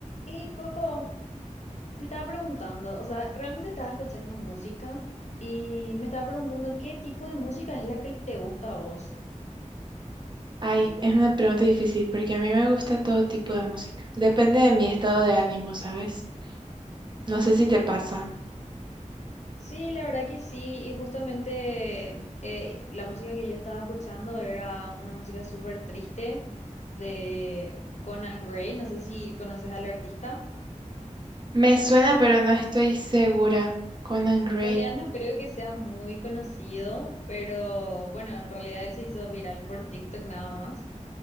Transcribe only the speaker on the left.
Y Coco, me estaba preguntando, o sea, realmente estaba escuchando música y me estaba preguntando qué tipo de música es la que te gusta a vos.
En-
Sí, la verdad que sí, y justamente eh, la música que yo estaba escuchando era una música súper triste de Conan Gray, no sé si conoces al artista.
En realidad no creo que sea muy conocido, pero bueno, en realidad él se hizo viral por TikTok nada más.